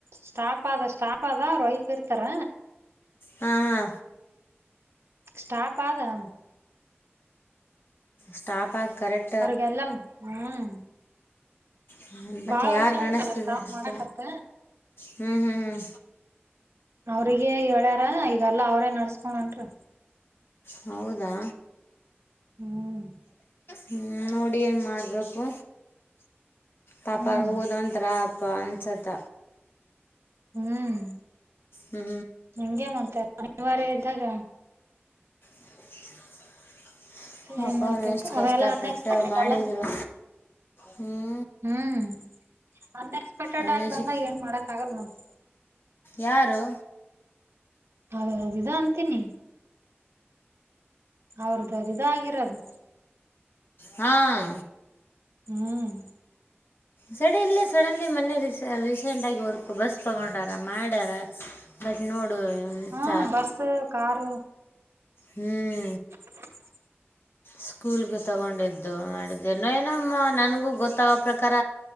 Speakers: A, on the right (about 80°); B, on the left (about 55°).
A: ಸ್ಟಾಪ್ ಅ ಆದ ಸ್ಟಾಪ್ ಅದ ರೊಯಫ್ ಇರ್ತಾರ.
B: ಹಾ ಹಾ.
A: ಸ್ಟಾಪಾದಾ.
B: ಸ್ಟಾಪಾ ಕರೆಕ್ಟ್.
A: ಹೊರಗೆ ಎಲ್ಲಂ ಹ್ಮ್.
B: ಹ ಬಟ್ಟೆ
A: ಬಾಳ
B: ಯಾರ
A: ವರ್ಷ ಆಯ್ತಲ್ಲ
B: ನಡೆಸ್ತಿದೆ
A: ಸ್ಟಾಪ್
B: ಅಂತ
A: ಮಾಡಕತ್ತ
B: ಹ್ಮ್ ಹ್ಮ್ ಹ್ಮ್.
A: ಅವ್ರಿಗೆ ಹೇಳ್ಯಾರ ಈಗಲ್ಲ ಅವ್ರೇ ನಡ್ಸ್ಕೊಂಡ ಹೊಂಟ್ರ.
B: ಹೌದಾ.
A: ಹ್ಮ್.
B: ಹ್ಮ್ಮ್ ನೋಡಿ ಏನು ಮಾಡಬೇಕು ಪಾಪ
A: ಹ್ಮ್
B: ಅವ್ರಿಗು ಒಂಥರ. ಪಾಂಸದ.
A: ಹ್ಮ್
B: ಹ್ಞೂ
A: ಹಿಂಗೆ ಮತ್ತೆ ಅನಿವಾರ್ಯ ಇದ್ದಾಗ.
B: <inaudible> ಪಾಪ
A: ಏನ್ ಮಾಡ್ತಕ್
B: ಅವ್ರು ಎಷ್ಟು ಕಷ್ಟಪಟ್ಟು
A: ಅವೆಲ್ಲಾ ಅನ್ಎಕ್ಸ್ಪೆಕ್ಟೆಡ್
B: ಮಾಡಿದರು
A: ಅಲ್ಲ
B: ಹ್ಞ.
A: ಹ್ಮ್ ಅನ್ಎಕ್ಸ್ಪೆಕ್ಟೆಡ್
B: ಅನ್ಮ್ಯೂಸಿಕ್
A: ಆಗಿ ಬಂದಾಗ ಏನ್ ಮಾಡಕ್ ಆಗಲ್ಲ ಮತ್ತ.
B: ಯಾರು.
A: ಹೌ ಇದ ಅಂತೀನಿ. ಅವ್ರದ ಬರಿ ಇದು ಆಗಿರೋದು.
B: ಹಾಂ.
A: ಹ್ಮ್.
B: ಸಡಿ ಇಲ್ಲ ಸಡನ್ಲಿ ಮೊನ್ನೆ ರೀಸೆಂಟ್ ಆಗಿ ವರ್ಕ್ ಬಸ್ ತಗೊಂಡಾರ ಮಾಡ್ಯಾರ. ಬಟ್ ನೋಡು. ಎಂಥ
A: ಹಾ ಬಸ್ ಕಾರ.
B: ಹ್ಮ್.
A: <inaudible>
B: ಸ್ಕೂಲ್ಗೆ ತಗೊಂಡಿದ್ದು ಮಾಡಿದ್ದೆ ಏನ್ ಏನಮ್ಮ ನನಗೂ ಗೊತ್ತಾಗೋ ಪ್ರಕಾರ.